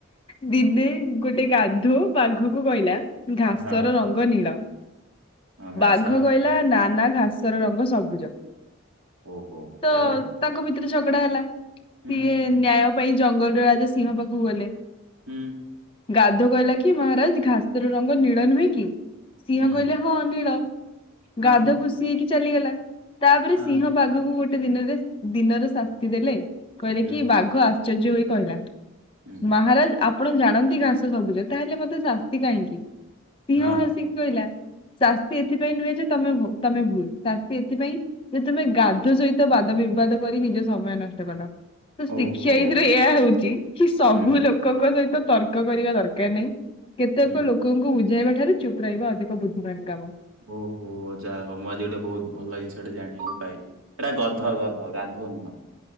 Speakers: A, on the left (about 25°); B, on the right (about 85°).
A: ଦିନେ ଗୋଟେ ଗାଧ ବାଘକୁ କହିଲା ଘାସ
B: ହଁ
A: ର ରଙ୍ଗ ନୀଳ।
B: ହଁ ଘାସ
A: ବାଘ
B: ରାହାଣ
A: କହିଲା ନା ନା ଘାସ ଘାସର ରଙ୍ଗ ସବୁଜ।
B: ଓହୋ
A: ତ
B: ତାପରେ
A: ତାଙ୍କ ଭିତରେ ଝଗଡା ହେଲା
B: ହୁଁ
A: ସିଏ ନ୍ୟାୟ ପାଇଁ ଜଙ୍ଗଲର ରାଜା ସିଂହ ପାଖକୁ ଗଲେ।
B: ହୁଁ।
A: ଗାଧ କହିଲା କି ମହାରାଜ ଘାସର ରଙ୍ଗ ନୀଳ ନୁହେଁ କି? ସିଂହ
B: ହୁଁ
A: କହିଲା ହଁ ନୀଳ।
B: ହଁ
A: ଗାଧ ଖୁସି ହେଇକି ଚାଲିଗଲା। ତାପରେ
B: ହଁ
A: ସିଂହ ବାଘକୁ ଗୋଟେ ଗୋଟେ ଦିନରେ, ଦିନରେ ଶାସ୍ତି ଦେଲେ। କହିଲେ
B: ହୁଁ
A: କି ବାଘ ଆଶ୍ଚର୍ଯ୍ୟ ହୋଇ କହିଲା
B: ହୁଁ
A: ମହାରାଜ ଆପଣ ଜାଣନ୍ତି ଘାସ ସବୁଜ। ତାହେଲେ ମତେ ଶାସ୍ତି କାହିଁକି? ସିଂହା
B: ହଁ
A: ହସି ସିହଁ କହିଲା, ଶାସ୍ତି ଏଥିପାଇଁ ନୁହେଁ ଯେ ତମେ ଭୁ- ତମେ ଭୁଲ୍ ଶାସ୍ତି ଏଥିପାଇଁ ଯେ ତୁମେ ଗାଧୁ ସହିତ ବାଦ ବିବାଦ କରି ନିଜ ସମୟ ନଷ୍ଟ କଲ। ତ ଶିକ୍ଷା
B: ଓହୋ
A: ଏଥିରୁ ଏହାୟ ହଉଛି, କି ସବୁ
B: ହୁଁ
A: ଲୋକଙ୍କ ସହିତ ତର୍କ କରିବା ଦରକାର ନାହିଁ। କେତେକ
B: ହୁଁ
A: ଲୋକଙ୍କୁ ବୁଝାଇବା ଠାରୁ ଚୁପ୍ ରହିବା ଅଧିକ ବୁଦ୍ଧିମାନ କାମ।
B: ଓହୋ ଯା ହଉ ମୁଁ ଆଜି ଗୋଟେ ବହୁତ ଭଲ ଜିନିଷଟେ ଜାଣିବା କୁ ପାଇଲିି। ଏଇଟା ଗଧ ଗଧ ଗାଧୁ ନୁହଁ।